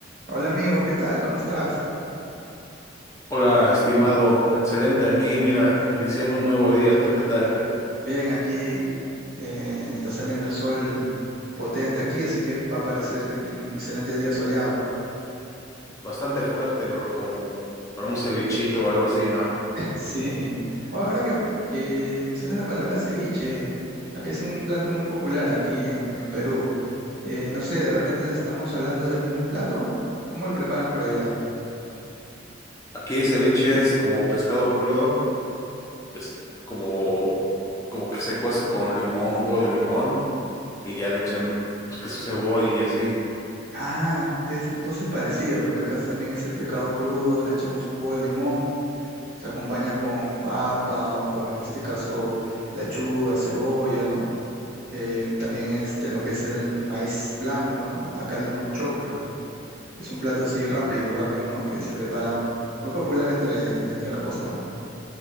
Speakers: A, on the right; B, on the left.
A: Hola amigo, ¿qué tal? ¿Cómo estás?
B: Hola, estimado, excelente aquí, mira, iniciando un nuevo día, ¿tú qué tal?
A: Bien, aquí eh, está saliendo el sol potente aquí, así que va a parecer un excelente día soleado.
B: Bastante fuerte, bro, como para un cevichito o algo así, ¿no?
A: <laughs> Sí. Ahora que, que mencionas la palabra ceviche, aquí es un plato muy popular aquí en, en Perú. Eh, no sé, de repente estamos hablando del mismo plato. ¿Cómo lo preparan por allá?
B: Aquí el ceviche es como pescado crudo, es como, como que se cuece con limón, jugo de limón, y ya le echan, pues, que su cebolla y así.
A: Ah, es entonces parecido, porque acá también es el pescado crudo, le echamos jugo de limón. Se acompaña con papa o en este caso lechuga, cebolla, ¿no? Eh, también este, lo que es el maíz blanco, ¿no? Acá le llamamos choclo. Es un plato así rápido, rápido, ¿no? Que se prepara um, muy popular entre, entre la costa.